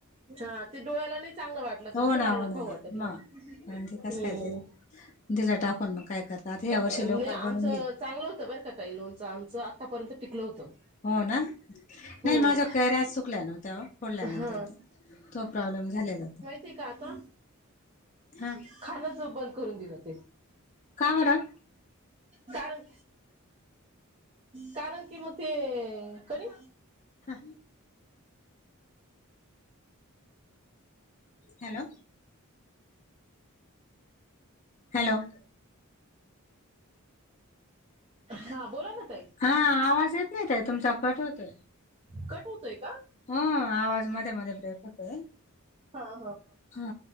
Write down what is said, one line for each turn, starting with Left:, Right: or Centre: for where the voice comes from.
Right: हा ते डोळ्याला नाही चांगलं वाटत. ला तर
Left: हो
Right: नाही वाळ
Left: ना हो
Right: खाऊ वाटत ना
Left: मग
Right: हो.
Left: आणि ते कसं
Right: हम्.
Left: काय जाईल दिला टाकून मग काय करता आता ह्या
Right: नाही
Left: वर्षी लवकर
Right: आमचं
Left: बनून घेईल
Right: चांगलं होतं बर का ताई लोणचं, आमचं आतापर्यंत टिकलं होतं.
Left: हो ना,
Right: हम्म
Left: नाही माझ्या कैऱ्याच सुकल्या नव्हत्या हो फोडल्यानंतर.
Right: हा
Left: तो प्रॉब्लेम झालेला होता.
Right: ती का आता
Left: हा
Right: खाणच बंद करून दिलं. <inaudible>
Left: का बरं
Right: कारण, कारण की मग- ते कधी?
Left: हा हॅलो. हॅलो.
Right: हा बोला ना ताई.
Left: हा आवाज येत नाही ताई तुमचा. कट होतोय.
Right: कट होतोय का?
Left: हा आवाज मध्ये मध्ये ब्रेक होतोय.
Right: ह ह.
Left: हा